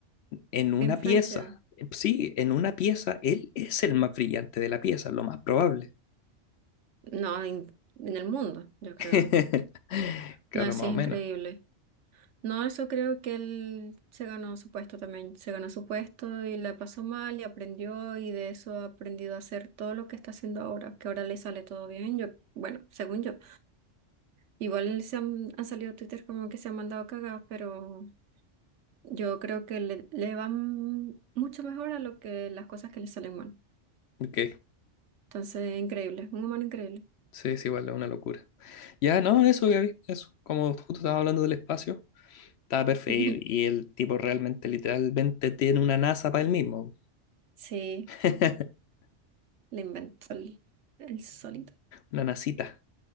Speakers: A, on the left; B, on the right.
A: en una
B: Influencia.
A: pieza, eh, sí, en una pieza, él es el más brillante de la pieza, lo más probable.
B: No, en en el mundo, yo creo.
A: <laughs> Claro,
B: No, sí
A: más
B: es
A: o
B: increíble.
A: menos.
B: No, eso creo que él se ganó su puesto también, se ganó su puesto y la pasó mal y aprendió y de eso ha aprendido a hacer todo lo que está haciendo ahora, que ahora le sale todo bien, yo, bueno, según yo. Igual se han, han salido Twitter como que se han mandado cagadas, pero yo creo que le, le van mucho mejor a lo que las cosas que le salen mal.
A: Ok,
B: Entonces, increíble, un humano increíble.
A: sí, es igual, es una locura. Ya, no, eso, Gaby, eso. Como justo estaba hablando del espacio, estaba perfecto.
B: <laughs>
A: Y el tipo realmente, literalmente, tiene una NASA para él mismo.
B: Sí,
A: <laughs>
B: le inventó el, el solito.
A: Una nasita.